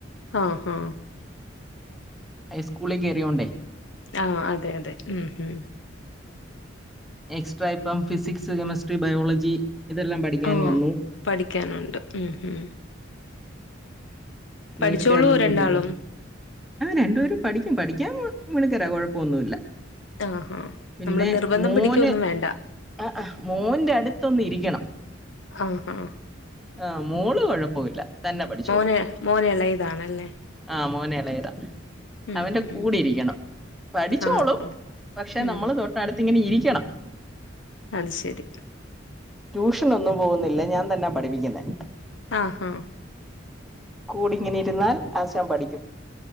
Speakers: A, on the left (about 65°); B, in the centre.
A: ആഹ് ഹഹ
B: ഹൈസ്കൂളിലേക്ക് കേറിയോണ്ടേ
A: ആഹ അതെ അതെ ഉം ഉം
B: എക്സ്ട്രാ ഇപ്പം ഫിസിക്സ് കെമിസ്ട്രി ബയോളജി ഇതെല്ലാം പഠിക്കാൻ
A: ആ
B: വന്നു.
A: പഠിക്കാനുണ്ട് ഉം ഉം
B: നേരത്തെ
A: പഠിച്ചോളൂ
B: അതൊന്നും
A: രണ്ടാളും
B: ഇല്ലല്ലോ രണ്ടുപേരും പഠിക്കും പഠിക്കാൻ മിടുക്കരാ കുഴപ്പൊന്നുല്ല
A: ആഹാ
B: പിന്നെ
A: നമ്മള് നിർബന്ധം
B: മോന്
A: പിടിക്കൊന്നും വേണ്ട
B: ആ മോന്റെ അടുത്ത് ത്തൊന്ന ഇരിക്കണം
A: ആഹ ആഹ
B: ആഹ് മോള് കൊഴപ്പമില്ല തന്നെ പഠിച്ചോളൂ
A: മോന് മോന് എളയതാണല്ലേ
B: ആഹ് മോനെ എളേതാ
A: ഉം
B: അവന്റെ
A: ഉം
B: കൂടെ ഇരിക്കണം പഠിച്ചോളും
A: ആഹാ
B: പക്ഷെ
A: ഉം
B: നമ്മൾ തൊട്ടടുത്ത് ഇങ്ങനെ ഇരി റിക്കണം
A: അത് ശെരി
B: ട്യൂഷൻ ഒന്നും പോകുന്നില്ല ഞാൻ തന്നെ പഠിപ്പിക്കുന്നത്
A: ആഹ് ആഹ
B: കൂടിങ്ങനെ ഇരുന്നാൽ ആസാം പഠിക്കും